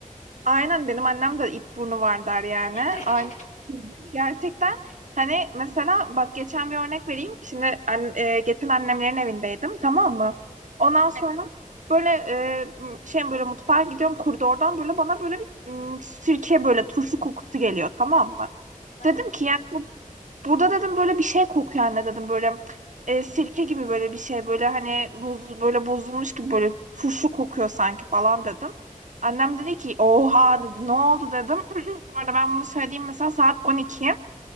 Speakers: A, on the right (about 60°); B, on the left (about 60°).
A: aynen benim annem de it burnu var der yani.
B: <laughs>
A: Aynen. Gerçekten hani mesela bak geçen bir örnek vereyim. Şimdi an- e, geçen annemlerin evindeydim tamam mı? Ondan sonra böyle e, m- şey böyle mutfağa gidiyorum koridordan böyle bana böyle bir m, sirke böyle turşu kokusu geliyor tamam mı?
B: Ben
A: Dedim
B: de
A: ki
B: çok
A: yani
B: üzüldüm.
A: Burada dedim böyle bir şey kokuyor anne dedim böyle e, sirke gibi böyle bir şey böyle hani boz, böyle bozulmuş gibi böyle turşu kokuyor sanki falan dedim. Annem dedi ki oha dedi ne oldu dedim. <clears throat> Bu arada ben bunu söylediğim mesela saat 12.